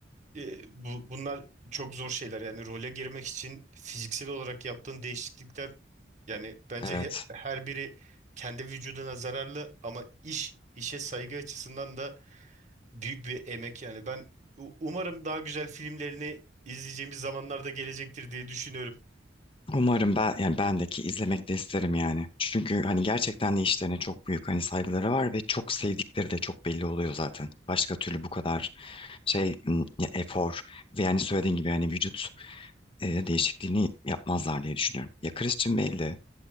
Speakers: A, on the right (about 40°); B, on the left (about 30°).
A: e, bu, bunlar çok zor şeyler yani role girmek için fiziksel olarak yaptığın değişiklikler yani bence
B: Evet.
A: he- her biri kendi vücuduna zararlı ama iş işe saygı açısından da büyük bir emek yani ben u- umarım daha güzel filmlerini izleyeceğimiz zamanlarda gelecektir diye düşünüyorum.
B: Umarım ben yani bendeki izlemek de isterim yani. Çünkü hani gerçekten de işlerine çok büyük hani saygıları var ve çok sevdikleri de çok belli oluyor zaten. Başka türlü bu kadar şey m, ya efor ve yani söylediğin gibi hani vücut e, değişikliğini yapmazlar diye düşünüyorum. Ya Christian Bale'de